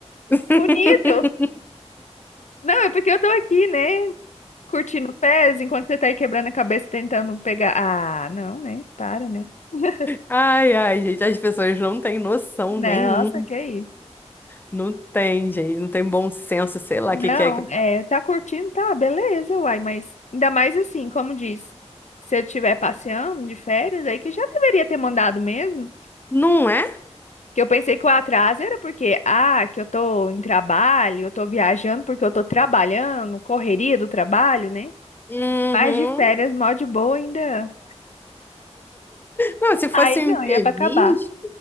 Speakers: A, on the left; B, on the left.
A: <laughs>
B: bonito! Não, é porque eu tô aqui, né? Curtindo pés, enquanto você tá aí quebrando a cabeça tentando pegar. Ah, não, né? Para, né? <laughs>
A: Ai, ai, gente, as pessoas não têm noção
B: Nossa,
A: nenhuma.
B: que isso.
A: Não tem, gente, não tem bom senso, sei lá,
B: Não,
A: o que que é que pode.
B: é, tá curtindo, tá, beleza, uai, mas ainda mais assim, como diz, se ele estiver passeando de férias, aí que já deveria ter mandado mesmo.
A: Não é?
B: Que eu pensei que o atraso era porque, ah, que eu tô em trabalho, eu tô viajando porque eu tô trabalhando, correria do trabalho, né?
A: Uhum.
B: Mas de férias, mó de boa ainda.
A: Não, se fosse
B: Aí não,
A: um imprevisto,
B: ia pra acabar.